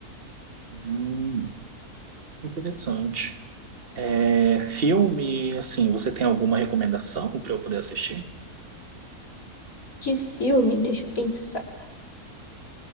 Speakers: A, on the right; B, on the left.
A: Hum, interessante. É, filme, assim, você tem alguma recomendação para eu poder assistir?
B: De filme, deixa eu pensar.